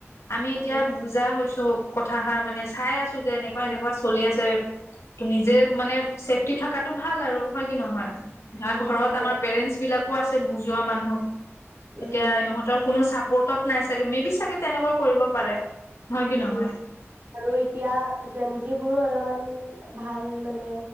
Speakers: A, on the left (about 75°); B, on the right (about 50°).
A: আমি
B: উম,
A: এতিয়া বুজা হৈছো। কথাষাৰ মানে চাই আছো। যে এনেকুৱা
B: উম
A: এনেকুৱা চলি আছে। নিজে মানে চেফটি থকাটো ভাল আৰু হয় কি নহয় ন ঘৰত
B: উম, হয়
A: পেৰেণ্টছ বিলাকো আছে বুজোৱা মানুহ
B: উম,
A: এতিয়া ইহঁতৰ কোনো চাপ পৰ্টত নাই চাগে মে বি চাগে তেনেকোৱা কৰিব পাৰে। হয় কি
B: উম
A: নহয়
B: আৰু এতিয়া জেঞ্জিবোৰো অলপমান ভাল মানে